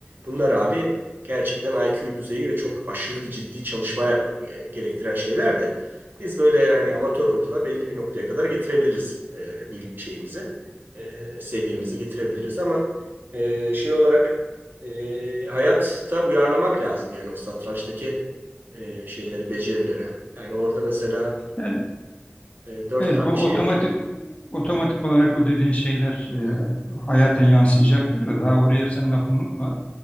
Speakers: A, on the right; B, on the left.
A: Bunlar abi gerçekten IQ düzeyi ve çok aşırı ciddi çalışma e, gerektiren şeyler de biz böyle yani amatör ruhla belli bir noktaya kadar getirebiliriz e, bil- şeyimizi, e, seviyemizi getirebiliriz ama e, şey olarak e, hayatta uyarlamak lazım yani o satrançtaki e, şeyleri, becerileri. Yani orada mesela
B: Yani
A: e, dört
B: Evet,
A: tane
B: o
A: şey
B: otomatik
A: var.
B: otomatik olarak o dediğin şeyler
A: Hı hı,
B: e, hayata yansıyacaktır da daha oraya sen lafını unutma.